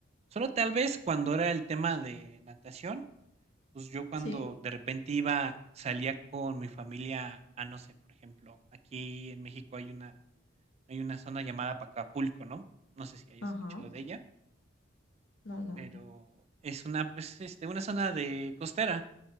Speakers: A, on the right (about 35°); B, on the left (about 70°).
A: Solo tal vez cuando era el tema de natación, pues yo cuando
B: Sí.
A: de repente iba, salía con mi familia a, no sé, por ejemplo, aquí en México hay una Hay una zona llamada Pacapulco, ¿no? No sé si hayas
B: Ajá,
A: escuchado de ella,
B: no, no,
A: pero es una, pues, este, una zona de costera,